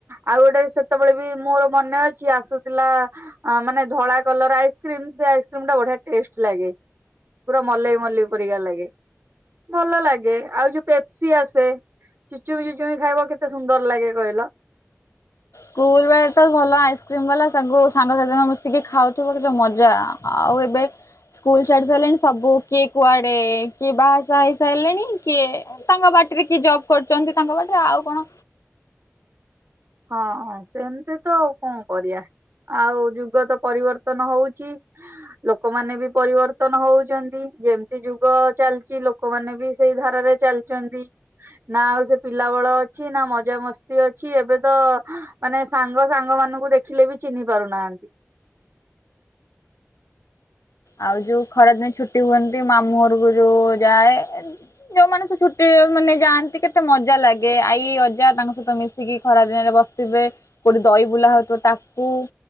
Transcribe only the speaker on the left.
ସ୍କୁଲ ବେଳେ ତ ଭଲ ଆଇସ୍କ୍ରିମ ବାଲା ସାଗୁ ସାଙ୍ଗସାଥିଙ୍କ ମିଶିକି ଖାଉଥିବୁ କେତେ ମଜା। ଆଉ ଏବେ ସ୍କୁଲ ଛାଡି ସାରିଲେଣି ସବୁ କିଏ କୁଆଡେ କିଏ ବାହା ଶାହା ହୋଇସାରିଲେଣି କିଏ ତାଙ୍କ ବାଟରେ କି ଜବ୍ କରୁଛନ୍ତି ତାଙ୍କ ବାଟରେ ଆଉ କଣ
ଆଉ ଯୋଉ ଖରାଦିନ ଛୁଟି ହୁଅନ୍ତି ମାମୁଁ ଘରକୁ ଯୋଉ ଯାଏ ଯୋଉମାନେ ତ ଛୁଟି ମାନେ ଯାଆନ୍ତି କେତେ ମଜା ଲାଗେ ଆଈ, ଅଜା ତାଙ୍କ ସହିତ ମିଶିକି ଖରା ଦିନରେ ବସି ଥିବେ କେଉଠି ଦହିିବୁଲା ହେଉଥିବ ତାକୁ